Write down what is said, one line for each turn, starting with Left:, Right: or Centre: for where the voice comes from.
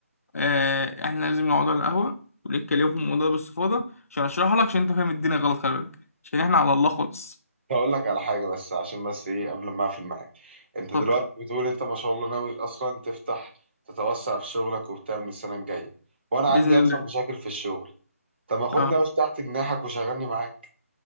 Left: آه احنا لازم نقعد على القهوه ونتكلم في الموضوع ده باستفاضه عشان اشرحها لك عشان انت فاهم الدنيا غلط خلي بالك عشان احنا على الله خالص
Right: هقول لك على حاجة بس عشان بس ايه قبل ما اقفل معاك انت دلوقتي
Left: اتفضل
Right: بتقول انت ما شاء الله ناوي اصلا تفتح تتوسع في شغلك وبتاع من السنة الجاية وانا
Left: باذن
Right: عندي اصلا
Left: الله
Right: مشاكل في الشغل طب ما خدني
Left: اه
Right: يا باشا تحت جناحك وشغلني معاك